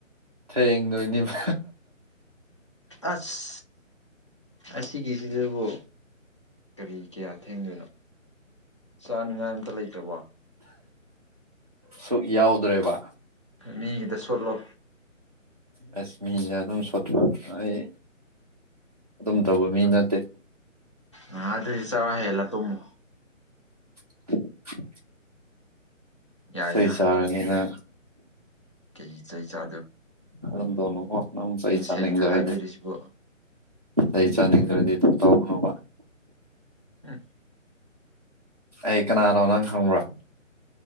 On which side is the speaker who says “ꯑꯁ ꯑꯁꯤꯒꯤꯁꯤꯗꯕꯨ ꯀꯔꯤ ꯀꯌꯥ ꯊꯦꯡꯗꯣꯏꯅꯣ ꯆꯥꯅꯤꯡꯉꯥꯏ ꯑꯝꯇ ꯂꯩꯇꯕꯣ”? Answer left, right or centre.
Left